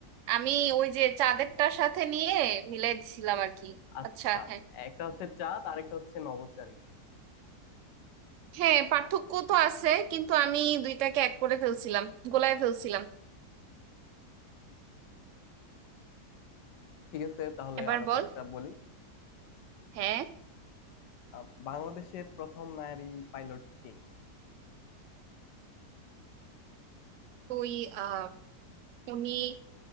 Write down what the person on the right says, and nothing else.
আমি ওই যে চাঁদেরটার সাথে নিয়ে মিলাই দিছিলাম আর কি
আচ্ছা হ্যাঁ
হ্যাঁ পার্থক্য তো আছে কিন্তু আমি দুইটাকে এক করে ফেলছিলাম গোলায় ফেলছিলাম
এবার
বল
হ্যাঁ
তুই আহ উনি